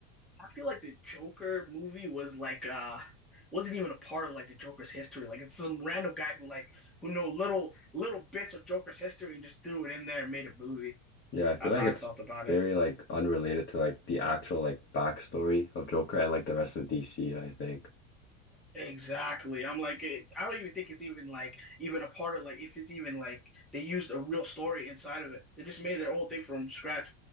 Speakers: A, in the centre; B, on the left (about 25°).
A: I feel like the Joker movie was like uh wasn't even a part of like the Joker's history. Like it's some random guy who like who know little little bits of Joker's history and just threw it in there and made a movie.
B: Yeah, I feel
A: That's
B: like
A: how
B: it's
A: I felt about
B: very
A: it.
B: like unrelated to like the actual like backstory of Joker and like the rest of DC, I think.
A: Exactly. I'm like it, I don't even think it's even like even a part of like if it's even like they used a real story inside of it. They just made their own thing from scratch.